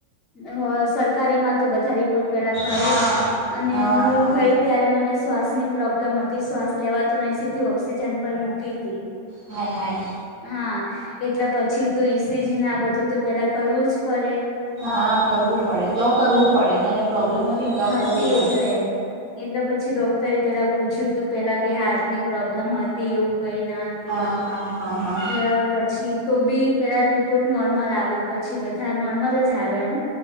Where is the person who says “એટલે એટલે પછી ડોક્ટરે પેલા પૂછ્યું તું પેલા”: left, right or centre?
Left